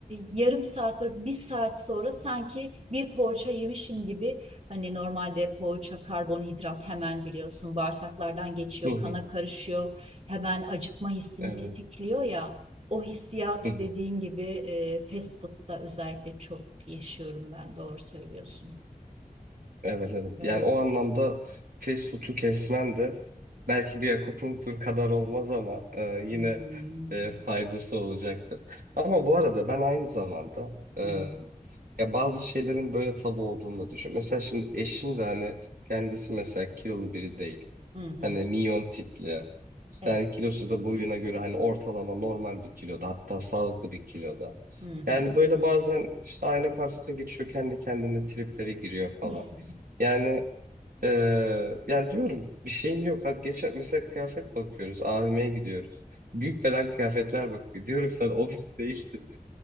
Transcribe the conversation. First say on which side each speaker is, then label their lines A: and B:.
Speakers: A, on the right; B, on the right.
A: yarım saat sonra bir saat sonra sanki bir poğaça yemişim gibi Hani normalde poğaça, karbonhidrat hemen biliyorsun bağırsaklardan geçiyor,
B: hı. hı.
A: kana karışıyor. Hemen acıkma hissini
B: Evet.
A: tetikliyor ya. O hissiyatı
B: Hı hı.
A: dediğin gibi e, fast food'da özellikle çok yaşıyorum ben. Doğru söylüyorsun.
B: Evet evet.
A: Evet.
B: Yani o anlamda fast food'u kesmen de belki bir akupunktur kadar olmaz ama e, yine
A: Hmm,
B: e, faydası olacaktır. Ama bu arada ben aynı zamanda e,
A: Hı hı.
B: ya bazı şeylerin böyle tabu olduğunu da düşünüyorum. Mesela şimdi eşim de hani kendisi mesela kilolu biri değil.
A: Hı hı.
B: Hani
A: hı.
B: minyon tipli. İşte
A: Evet.
B: hani kilosu da boyuna göre hani ortalama normal bir kiloda hatta sağlıklı bir kiloda.
A: Hı hı.
B: Yani böyle bazen işte ayna karşısına geçiyor kendi kendine triplere giriyor falan.
A: <laughs>
B: Yani eee yani diyorum bir şeyin yok. Hadi geçen mesela kıyafet bakıyoruz. AVM'ye gidiyoruz. Büyük beden kıyafetler bakıyor. Diyorum sen obez değilsin. <laughs>